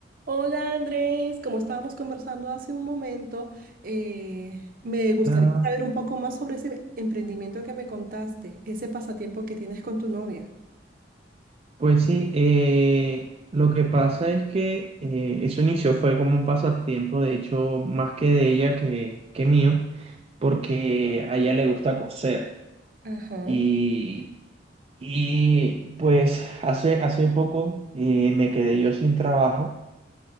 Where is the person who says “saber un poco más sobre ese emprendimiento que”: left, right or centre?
Right